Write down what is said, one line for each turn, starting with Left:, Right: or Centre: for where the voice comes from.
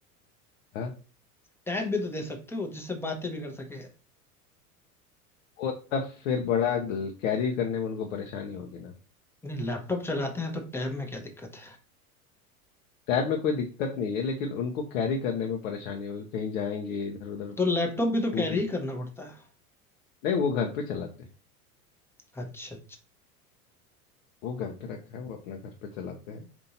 Left: हाँ,
Centre: टैब भी तो दे सकते हो जिससे बातें भी कर सके नहीं
Left: वो तब फिर बड़ा कैरी करने में उनको परेशानी होगी ना
Centre: लैपटॉप चलाते हैं तो टैब में क्या दिक्कत
Left: टैब में कोई दिक्कत नहीं है लेकिन उनको कैरी करने में परेशानी होगी कहीं जाएंगे इधर उधर
Centre: तो लैपटॉप भी तो
Left: टूट
Centre: कैरी
Left: गए
Centre: ही करना पड़ता है
Left: नहीं वो घर पे चलाते हैं
Centre: अच्छा अच्छा
Left: वो घर पे रखा है वो अपना घर पे चलाते हैं